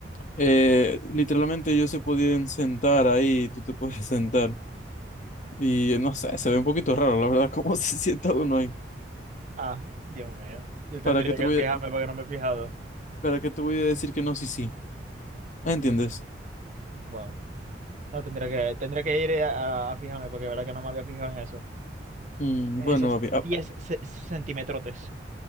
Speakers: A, on the left; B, on the right.
A: Eh, literalmente ellos se podían sentar ahí, tú te puedes <laughs> sentar. Y eh, no sé, se ve un poquito raro, la verdad, <laughs> cómo se sienta uno ahí.
B: Ah, Dios mío. Yo tendría
A: ¿Para qué te
B: que
A: voy
B: fijarme
A: a,
B: porque no me he fijado.
A: para qué te voy a decir que no, sí, sí? Ah, ¿Entiendes?
B: Wow. No, tendría que, tendría que ir a, a- a fijarme porque la verdad que no me había fijado en eso.
A: Mm,
B: En
A: bueno,
B: esos
A: papi, ah,
B: 10 ce- centimetrotes.